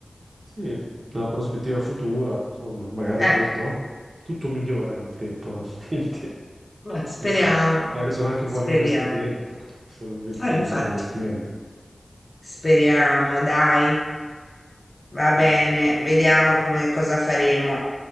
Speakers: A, on the right (about 50°); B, on the left (about 35°).
A: sì, una prospettiva futura, insomma, magari
B: eh,
A: poi no, tutto migliora nel tempo, no? <laughs> Quindi
B: beh, speriamo,
A: chissà, magari sono anche un
B: speriamo.
A: buon investimento, sono un investi-
B: Ah,
A: un
B: infatti,
A: buon investimento.
B: speriamo, dai, va bene,
A: Mm.
B: vediamo come cosa faremo.